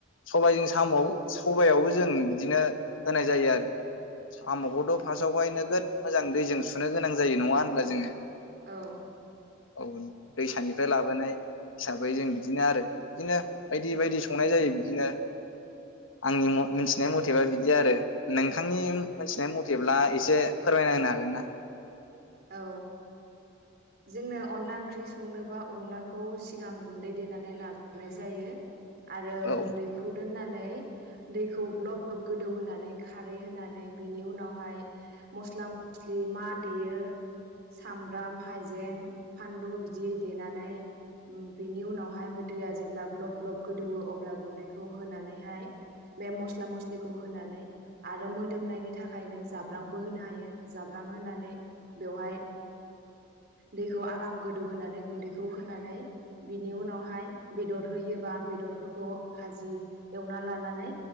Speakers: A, on the left; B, on the right.
A: सबजों साम' सबयावबो जों बिदिनो होनाय जायो आरो साम'खौथ' फार्स्टआवहाय नोगोद मोजां दैजों सुनो गोनां जायो नङा होनब्ला जोङो?
B: औ
A: औ दैसानिफ्राय लाबोनाय हिसाबै जों बिदिनो आरो बिदिनो बायदि बायदि संनाय जायो बिदिनो आंनि मिथिनाय मथेबा बिदि आरो। नोंथांनि मिथिनाय मथेब्ला एसे फोरमायना होनो हागोन ना?
B: औ जोंनो अनला ओंख्रि संनोबा अनलाखौ सिगां गुन्दै देनानै लाबोनाय जायो। आरो
A: औ
B: गुन्दैखौ दोनना नानै दैखौ ग्ल'ब ग्ल'ब गोदौ होनानै खारै होनानै बिनि उनावहाय मस्ला मस्लि मा देयो सामब्राम, हाइजें, फानलु बिदि देनानै बिनि उनावहाय दैया जेब्ला ग्ल'ब ग्ल'ब गोदौवो अब्ला गुन्दैखौ होनानैहाय बे मस्ला मस्लिखौ होनानै आरो मोदोमनायनि थाखाय नों जाब्रांबो होनो हायो जाब्रां होनानै बेवहाय दैखौ आराम गोदौ होनोनानै गुन्दैखौ होनानै बिनि उनावहाय बेदर होयोबा बेदरफोरखौ भाजि एवना लानानै